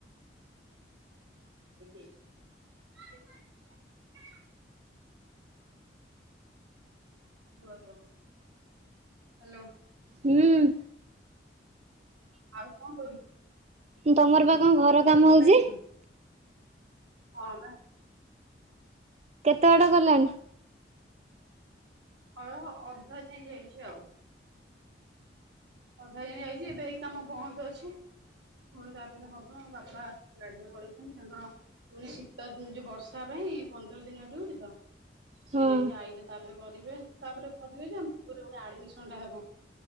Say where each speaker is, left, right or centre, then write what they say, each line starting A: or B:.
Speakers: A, on the right; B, on the right.
A: <inaudible> ରୁହ ରୁହ ହାଲୋ।
B: ହୁଁଉ।
A: ଆଉ କଣ କରୁଛୁ?
B: ତମରି ପାଖ କଣ ଘର
A: ତୋ
B: କାମ
A: ମୋବାଇଲ
B: ହଉଛି?
A: ନେଇ ହଁ ବା।
B: କେତେ ବାଟ ଗଲାଣି?
A: ହଁ ଅଧା ଯାଏ ଯାଇଛି ଆଉ। ଅଧା ଯାଏ ଯାଇଛି ଏବେ ଏଇ କାମ ବନ୍ଦ ଅଛି ପୁଣି ତାପରେ ହବ ବାପା ଗାଡିରେ ପଳେଇଛନ୍ତି। ତାଙ୍କର ପୁଣି ଶୀତି ଯୋଉ ବର୍ଷା ପାଇଁ ପନ୍ଦର ଦିନିଆ ଟୁର ତ, ସେ
B: ହଁ
A: ଯାଇକି ଆଇଲେ ତାପରେ କରିବେ ତାପରେ କରିବେ ଯେ ଆମ ପୁଅର ପୁଣି ଆଡମିଶନ୍ ଟା ହବ।